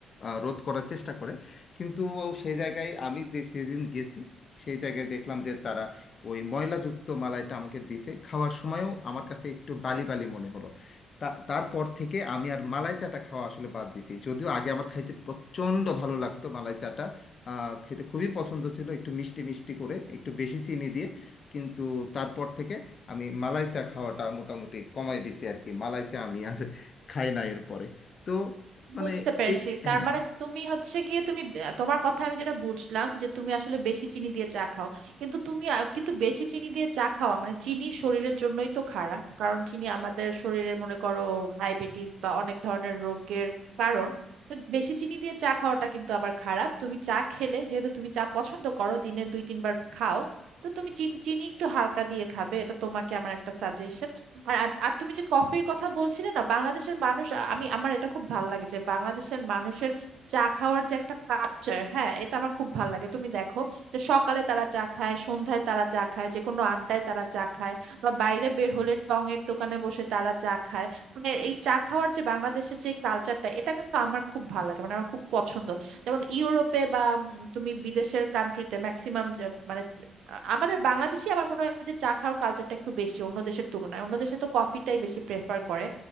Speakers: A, on the left; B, on the right.
A: আহ, রোধ করার চেষ্টা করে কিন্তু সেই জায়গায় আমি যে- সেদিন গেছি সেই জায়গায় দেখলাম যে তারা ওই ময়লাযুক্ত মালাইটা আমাকে দিছে খাওয়ার সময়ও আমার কাছে একটু বালি বালি মনে হলো তা তারপর থেকে আমি আর মালাই চাটা খাওয়া আসলে বাদ দিছি যদিও আগে আমার খাইতে প্রচণ্ড ভালো লাগতো মালাই চাটা আহ, খেতে খুবই পছন্দ ছিল একটু মিষ্টি মিষ্টি করে একটু বেশি চিনি দিয়ে কিন্তু তারপর থেকে আমি মালাই চা খাওয়াটা মোটামুটি কমাই দিছি আর কি মালাই চা আমি আর খাই না এরপরে তো মানে
B: বুঝতে পেরেছি
A: এই
B: তার
A: হ্যাঁ
B: মানে তুমি হচ্ছে গিয়ে তুমি বে- তোমার কথা আমি যেটা বুঝলাম যে তুমি আসলে বেশি চিনি দিয়ে চা খাও কিন্তু তুমি আ- কিন্তু বেশি চিনি দিয়ে চা খাওয়া মানে চিনি শরীরের জন্যই তো খারাপ কারণ চিনি আমাদের শরীরের মনে করো ডায়াবেটিস বা অনেক ধরনের রোগের কারণ তো বেশি চিনি দিয়ে চা খাওয়াটা কিন্তু আবার খারাপ তুমি চা খেলে যেহেতু তুমি চা পছন্দ করো দিনে দুই তিনবার খাও তো তুমি চিন- চিনি একটু হালকা দিয়ে খাবে এটা তোমাকে আমার একটা সাজেশন আর আর আর তুমি যে কফির কথা বলছিলে না বাংলাদেশের মানুষ আমি আমার এটা খুব ভাল লাগে যে বাংলাদেশের মানুষের চা খাওয়ার যে একটা কালচার হ্যাঁ এটা আমার খুব ভাল লাগে তুমি দেখো যে সকালে তারা চা খায় সন্ধ্যায় তারা চা খায় যে কোনো আড্ডায় তারা চা খায় বা বাইরে বের হলে টং এর দোকানে বসে তারা চা খায় মানে এই চা খাওয়ার যে বাংলাদেশের যে কালচারটা এটা কিন্তু আমার খুব ভাল লাগে মানে আমার খুব পছন্দ যেমন ইউরোপে বা উম, তুমি বিদেশের কান্ট্রিতে ম্যাক্সিমাম মানে আ- আমাদের বাংলাদেশে আমার মনে হয় যে চা খাওয়ার কালচারটা একটু বেশি অন্য দেশের তুলনায় অন্য দেশে তো কফিটাই বেশি প্রেফার করে